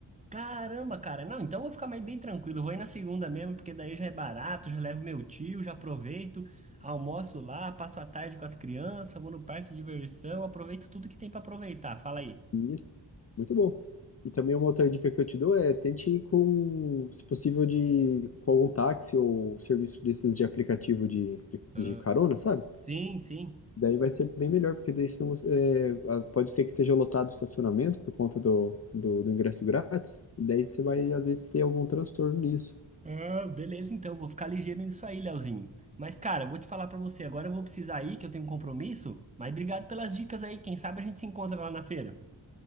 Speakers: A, on the right; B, on the left.
A: Caramba, cara. Não, então eu vou ficar mais bem tranquilo. Eu vou ir na segunda mesmo, porque daí já é barato, já levo meu tio, já aproveito, almoço lá, passo a tarde com as crianças, vou no parque de diversão, aproveito tudo que tem pra aproveitar. Fala aí.
B: Isso. Muito bom. E também uma outra dica que eu te dou é tente ir com, se possível, de, com algum táxi ou serviço desses de aplicativo de, de,
A: Ah,
B: de carona, sabe?
A: Sim, sim.
B: Daí vai ser bem melhor, porque daí senão, você- é, a- pode ser que esteja lotado o estacionamento por conta do, do, do ingresso grátis, e daí você vai, às vezes, ter algum transtorno nisso.
A: Ah, beleza, então, vou ficar ligeiro nisso aí, Leozinho. Mas, cara, eu vou te falar pra você, agora eu vou precisar ir, que eu tenho um compromisso, mas obrigado pelas dicas aí, quem sabe a gente se encontra lá na feira.